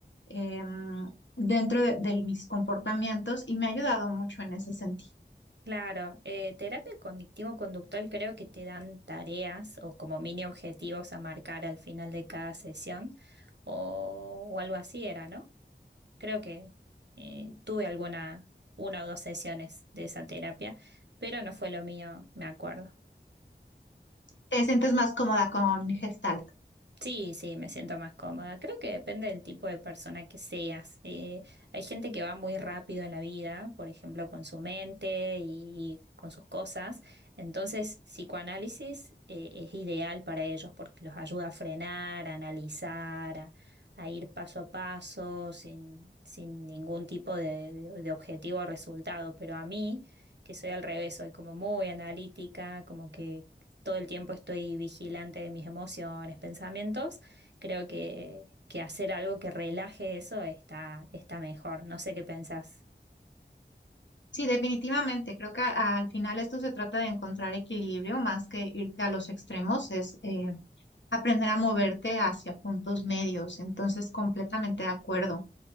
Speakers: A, on the left; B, on the right.
A: eh, dentro de, de mis comportamientos y me ha ayudado mucho en ese sentido.
B: Claro, eh, terapia cognitivo-conductual creo que te dan tareas o como mini objetivos a marcar al final de cada sesión o, o algo así era, ¿no? Creo que eh, tuve alguna, una o dos sesiones de esa terapia, pero no fue lo mío, me acuerdo.
A: ¿Te sientes más cómoda con Gestalt?
B: Sí, sí, me siento más cómoda. Creo que depende del tipo de persona que seas. Eh, hay gente que va muy rápido en la vida, por ejemplo, con su mente y con sus cosas. Entonces, psicoanálisis, eh, es ideal para ellos porque los ayuda a frenar, a analizar, a, a ir paso a paso sin, sin ningún tipo de, de- de objetivo o resultado. Pero a mí, que soy al revés, soy como muy analítica, como que todo el tiempo estoy vigilante de mis emociones, pensamientos, creo que, que hacer algo que relaje eso está, está mejor. No sé qué pensás.
A: Sí, definitivamente. Creo que a- al final esto se trata de encontrar equilibrio más que irte a los extremos, es eh, aprender a moverte hacia puntos medios. Entonces, completamente de acuerdo.